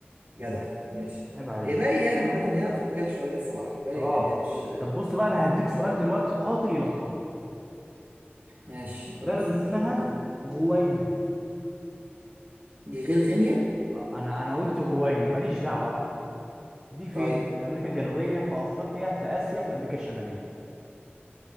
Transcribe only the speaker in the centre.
عيب عليك
اه
طب بص بقى انا هديك سؤال دلوقتي قاتل يلخبطك
بلد
اسمها
غوينا
آه، انا انا قلت غوينا ماليش دعوه بقى دي فين
في امريكا الجنوبيه في افريقيا في اسيا في امريكا الشماليه